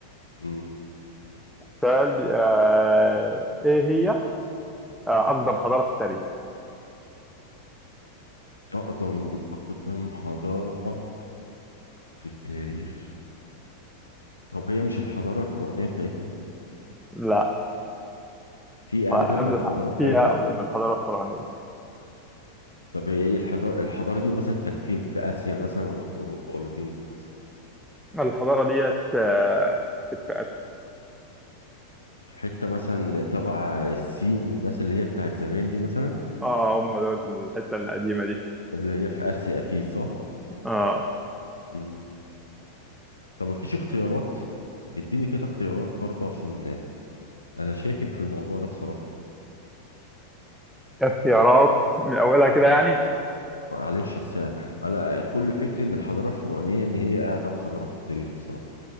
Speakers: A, on the left (about 75°); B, in the centre.
A: مم.
B: سؤال بي- آه إيه هي آه أقدم حضارة في التاريخ؟
A: اقدم اقدم حضاره في التاريخ طب هي مش الحضاره الفرعونيه بتاعتنا
B: لا
A: في اقدم
B: آه، قبل
A: من الحضاره
B: الح...
A: بتاعتنا
B: فيها قبل من الحضارة الفرعونية
A: طب هي ايه الحضاره الحضاره دي مثلا كانت فين في اسيا مثلا ولا في اوروبا ولا فين دي مثلا
B: الحضارة ديت آه كانت في آسيا
A: حته مثلا تبع الصين والناس اللي هي بتاعت زمان دي مثلا
B: آه هم دول الحتة القديمة دي
A: اللي هي في اسيا اكيد صح
B: آه
A: مم. طب مفيش اختيارات اديني كده اختيارات برضو عشان انا شاكك في الموضوع ده بصراحه
B: اختيارات من أولها كده
A: مم.
B: يعني
A: معلش اصل انا كل فكري ان الحضاره الفرعونيه ان هي اقدم حضاره في التاريخ بصراحه